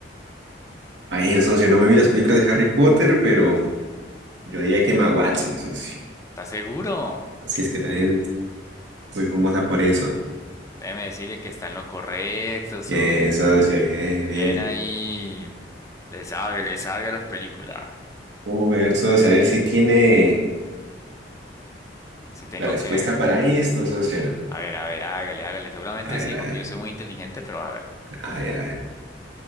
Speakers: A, on the right; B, on the left.
A: A ver, socio, no me vi las películas de Harry Potter, pero yo diría que Emma Watson, socio.
B: ¿Estás seguro?
A: Si es que también muy famosa por eso.
B: Déjeme decirle que está en lo correcto, sobrina.
A: Bien, socio, bien, bien.
B: Bien ahí. Le sabe, le sabe a las películas.
A: Uy, a ver, socio, a ver si tiene
B: Si tengo
A: la respuesta
B: que.
A: para esto, socio.
B: A ver, a ver, hágale, hágale. Seguramente
A: A ver,
B: sí,
A: a
B: porque
A: ver,
B: yo soy muy inteligente, pero hágale.
A: a ver, a ver.